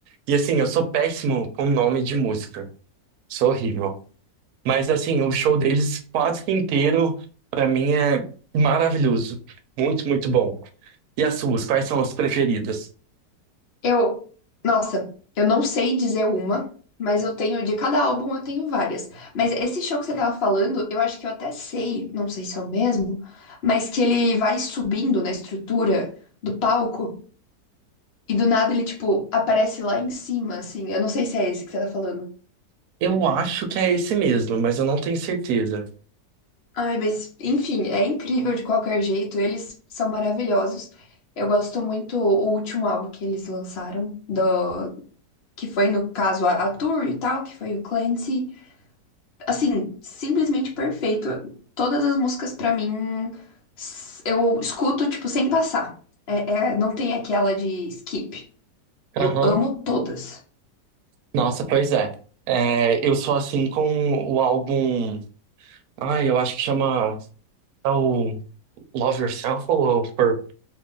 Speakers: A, on the right; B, on the left.
A: E assim, eu sou péssimo com nome de música, sou horrível. Mas assim, o show deles quase que inteiro, pra mim, é maravilhoso. Muito, muito bom. E as suas, quais são as preferidas?
B: Eu, nossa, eu não sei dizer uma, mas eu tenho, de cada álbum eu tenho várias. Mas esse show que você tava falando, eu acho que eu até sei, não sei se é o mesmo, mas que ele vai subindo na estrutura do palco e do nada ele, tipo, aparece lá em cima, assim. Eu não sei se é esse que você tá falando.
A: Eu acho que é esse mesmo, mas eu não tenho certeza.
B: Ai, mas, enfim, é incrível de qualquer jeito, eles são maravilhosos. Eu gosto muito o último álbum que eles lançaram, do, que foi, no caso, a, a Tour e tal, que foi o Clancy. Assim, simplesmente perfeito. Todas as músicas pra mim s- eu escuto tipo sem passar. É, é- não tem aquela de skip. Eu
A: Aham.
B: amo todas.
A: Nossa, pois é. É, eu sou assim com o álbum. Ah, eu acho que chama é o Love Yourself ou é o Pur-